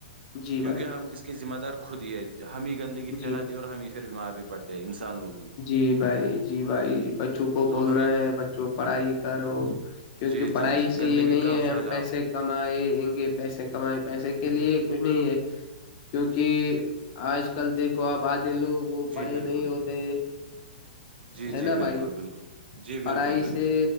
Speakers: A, on the left (about 40°); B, on the right (about 85°).
A: جی
B: کیونکہ
A: بھائی
B: ہم اس کے ذمہ دار خود ہی ہے ہمیں گندگی پھیلاتی
A: جی
B: ہے اور ہمیں پھر بیمار بھی پڑتے ہیں انسان لوگ ہی
A: جی بھائی جی بھائی بچوں کو
B: تو
A: بولنا
B: ہمیں
A: ہے بچوں پڑھائی کرو کیونکہ
B: جی
A: پڑھائی
B: جی جی
A: سے
B: گندگی
A: یہ نہیں
B: کام
A: ہے
B: پھیلاؤ
A: ہم پیسے کمائیں گے پیسے کمائےیں پیسے کے لیے کچھ نہیں ہے کیونکہ آج کل دیکھو آپ آدے لوگ وہ
B: جی
A: پڑے
B: بالکل
A: نہیں ہوتے
B: بالکل جی
A: ہے
B: جی
A: نا
B: بالکل
A: بھائی
B: بالکل جی بالکل
A: پڑھائی
B: بالکل
A: سے